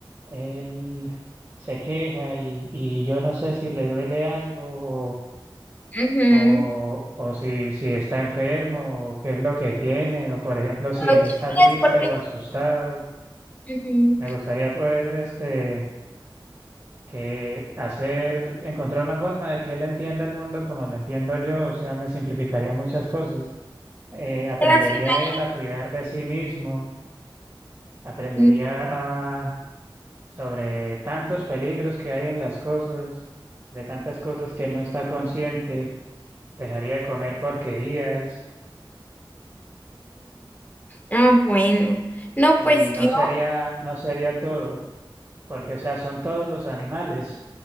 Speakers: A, on the right; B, on the left.
A: él se queja y, y yo no sé si le duele algo
B: ujú,
A: o, o si, si está enfermo o qué es lo que tiene, o por ejemplo si
B: No, lo
A: él
B: quieres
A: está triste
B: porque,
A: o asustado.
B: ujú,
A: Me gustaría poder este, que hacer, encontrar una forma de que él entienda el mundo como lo entiendo yo, o sea, me simplificaría muchas cosas. Eh, aprendería
B: Pero al final
A: él a cuidar de sí mismo, aprendería
B: es- Mm,
A: sobre tantos peligros que hay en las cosas, de tantas cosas que él no está consciente, dejaría de comer porquerías
B: Ah, bueno. No,
A: y
B: pues
A: no
B: yo
A: sería, no sería todo, porque o sea, son todos los animales,